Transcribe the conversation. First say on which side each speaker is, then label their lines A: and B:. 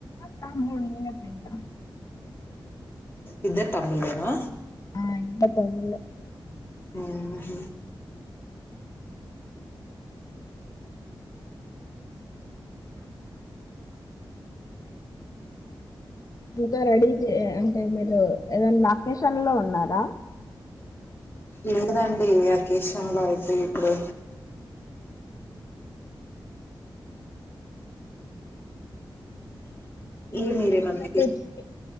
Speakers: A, on the left; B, on the left.
A: తమ్ముడ్ నేనే పెద్దా
B: ఇద్దర్ తమ్ముళ్ళేనా
A: ఆ ఇన్న తోమిల్లే
B: ఆహ్
A: ఇంకా రెడీ చే అంటే మీరు ఏదైనా అకేషన్ లో ఉన్నారా
B: లేదండి అకేషన్ లో అయితే ఇప్పుడు
A: ఈ
B: ఏ
A: మధ్య
B: మీరేమన్నా
A: ఎటెళ్లావ్ ట్రిప్స్ కి